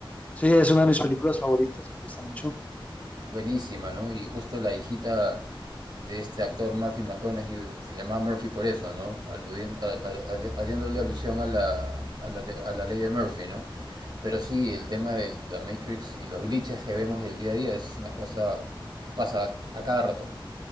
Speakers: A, on the left (about 15°); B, on the right (about 55°).
A: Sí, es una de mis películas favoritas, me gusta mucho.
B: buenísima, ¿no? Y justo la hijita de este actor Matthew McConaughey se llamaba Murphy por eso, ¿no? Aludien- a- a- a- haciéndole alusión a la, a, la de- a la ley de Murphy, ¿no? Pero sí, el tema de la Matrix y los glitches que vemos del día a día es una cosa que pasa a cada rato.